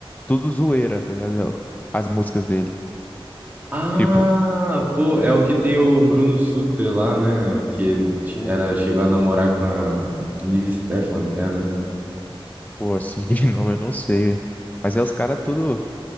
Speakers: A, on the left; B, on the right.
A: tudo zoeira, tá ligado? As músicas dele.
B: Ah,
A: Tipo,
B: pô, é o que tem o Bruno Sutter lá, né? Que
A: pô,
B: era, chegou a namorar com a Nive Stefan né?
A: pô, assim, <laughs> de nome eu não sei, velho. Mas é os caras tudo.